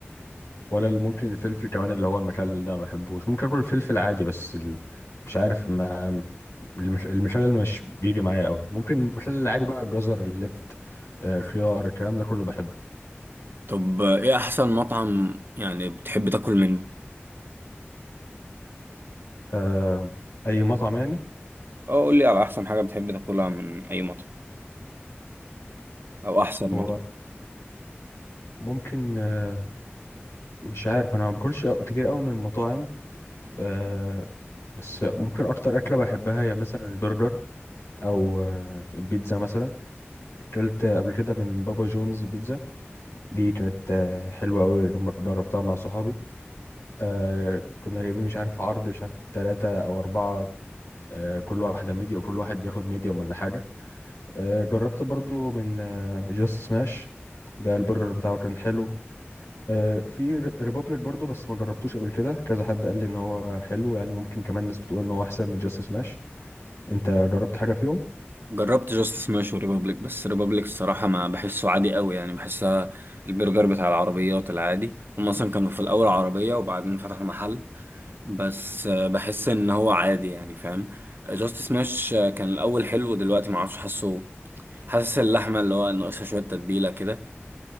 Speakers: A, on the left; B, on the right.
A: ولا ال- ممكن الفلفل كمان اللي هو المخلل ده ما بحبوش ممكن اكل الفلفل عادي بس ال... مش عارف ما المخ- المخلل مش بيجي معايا قوي ممكن المخلل العادي بقى الجزر اللفت آه، خيار الكلام ده كله بحبه
B: طب ايه احسن مطعم يعني بتحب تاكل منه
A: آه، اي مطعم يعني
B: اه قول لي على احسن حاجه بتحب تاكلها من اي مطعم او احسن
A: هو
B: مطعم
A: ممكن آه، مش عارف انا ما باكلش كتير قوي من المطاعم آه، بس ممكن اكتر اكله بحبها هي مثلا البرجر او آه، البيتزا مثلا اكلت قبل كده من بابا جونز بيتزا دي كانت آه، حلوة أوي لما جربتها مع صحابي آه كنا جايبين مش عارف عرض مش عارف تلاتة أو أربعة آه كل واحدة ميديا وكل واحد ياخد ميديوم ولا حاجة آه جربت برضو من آه جاست سماش ده البرجر بتاعه كان حلو آه في ريبابليك برضو بس ما جربتوش قبل كده كذا حد قال لي إن هو حلو يعني ممكن كمان ناس بتقول إن هو أحسن من جاست سماش أنت جربت حاجة فيهم؟
B: جربت جاست سماش وريبابليك بس ريبابليك الصراحه ما بحسه عادي قوي يعني بحسها البرجر بتاع العربيات العادي هم اصلا كانوا في الاول عربيه وبعدين فتحوا محل بس آه، بحس ان هو عادي يعني فاهم جاست سماش آه، كان الاول حلو دلوقتي ما اعرفش حاسه حاسس اللحمه اللي هو ناقصها شويه تتبيله كده